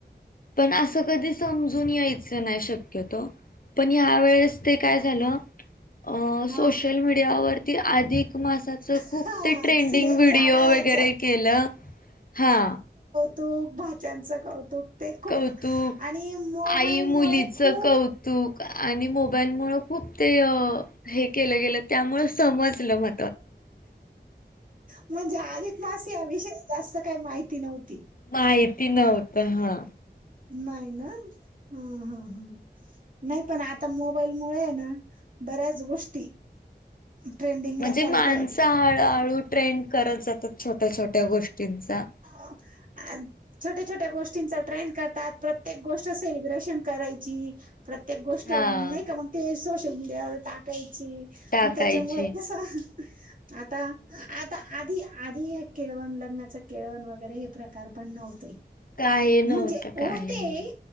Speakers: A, on the left; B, on the right.
A: पणं असं कधी समजू जून यायच नाय शक्यतो पण ह्या वेळेस ते काय झालं
B: हा
A: सोशल मीडियावरती अधिक. मासाच खूप
B: हा
A: ते ट्रेंडिंग
B: लेक
A: व्हिडिओ
B: जावायचं
A: वगैरे केलं हा.
B: खूप भाच्यांच कौतुक. ते खूप
A: कौतुक
B: आणि मोबाईल
A: आई मुलीचं
B: मुळे खूपं
A: कौतुक आणि मोबाईल मुळ खूप ते अ हे केलं गेलं त्यामुळ समजलं मगं
B: म्हणजे अधिक मास याविषयी जास्त काही माहिती नव्हती.
A: माहिती नव्हत हा.
B: नाही ना ह ह ह नाही पण आता मोबाईल मुळे हे ना बऱ्याच गोष्टी ट्रेंडिंगला
A: म्हणजे
B: चालतायत.
A: माणसं हळूहळू ट्रेंड करत जातात, छोट्या, छोट्या गोष्टींचा
B: <inaudible> अ छोट्या, छोट्या गोष्टींचा ट्रेंड करतात, प्रत्येक गोष्ट सेलिब्रेशन करायची प्रत्येक गोष्ट
A: हा
B: नाही का मगं ते सोशल मीडियावर टाकाय ची
A: टाकायची
B: मं त्याच्यामुळे कसं आता, आता, आधी आधी हे केळवण, लग्नाचं केळवण, वगैरे हे प्रकार पण नव्हते
A: काही नव्हतं
B: म्हणजे होते,
A: काही नाही.